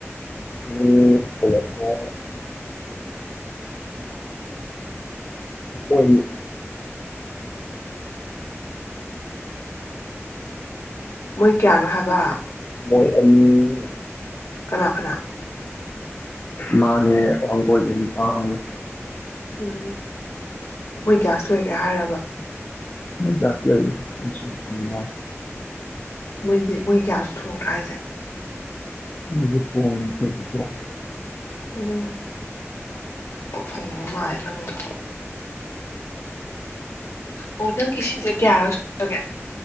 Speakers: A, on the left; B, on the left.
A: ꯃꯤ ꯄꯨꯂꯞꯅ ꯃꯣꯏꯅꯤ
B: ꯃꯣꯏ ꯀꯌꯥꯅꯣ ꯍꯥꯏꯕ
A: ꯃꯣꯏ ꯑꯅꯤ
B: ꯀꯅꯥ ꯀꯅꯥ
A: ꯃꯥꯅꯦ ꯋꯥꯡꯒꯣꯏꯗꯒꯤ ꯅꯨꯄꯥ ꯑꯝꯒ
B: ꯎꯝ ꯃꯣꯏ ꯒ꯭ꯌꯥꯁ ꯂꯣꯏꯈ꯭ꯔꯦ ꯍꯥꯏꯔꯕ
A: ꯅꯣꯢ ꯀꯌꯥ ꯂꯩꯒꯦ ꯑꯩ ꯁꯨꯝ ꯍꯪꯕꯩ ꯋꯥꯅꯤ
B: ꯃꯣꯏꯗꯤ ꯃꯣꯏ ꯒ꯭ꯌꯥꯁ ꯊꯣꯡꯗ꯭ꯔꯥ ꯍꯥꯏꯁꯦ
A: ꯃꯣꯏꯁꯨ ꯊꯣꯡꯢ ꯑꯩꯈꯣꯏꯁꯨ ꯊꯣꯡꯢ
B: ꯎꯝ ꯇꯧꯁꯟꯅꯕ ꯃꯥꯜꯂꯦ ꯅꯪꯗꯣ ꯑꯣ ꯅꯪꯒꯤ ꯁꯤꯁꯦ ꯀꯌꯥꯔꯛ ꯁꯨꯒꯔꯒꯦ